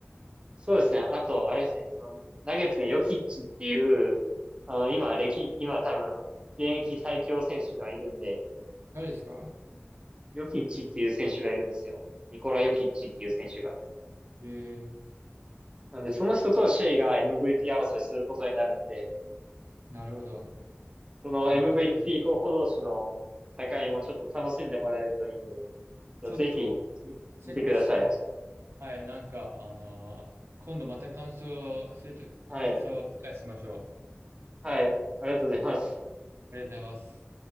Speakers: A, on the right; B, on the right.
A: そうですね、あと、あれですね、その、ナゲッツでヨキッチっていう、あの、今、歴、今多分、現役最強選手がいるんで、
B: 誰ですか
A: ヨキッチっていう選手がいるんですよ。ニコラ・ヨキッチっていう選手が。
B: え
A: なんで、その人とシェイが MVP 争いすることになるんで、
B: ー、なるほど。
A: その
B: わかりま
A: m v t 候補同士の戦いもちょっと楽しんでもらえるといいんで、
B: ちょっと、
A: ぜひ見てください。
B: チェックしてみはい、なんか、あのー今度また感想すると、
A: はい。
B: 感想を理解しましょう。
A: はい。ありがとうございます。
B: ありがとうございます。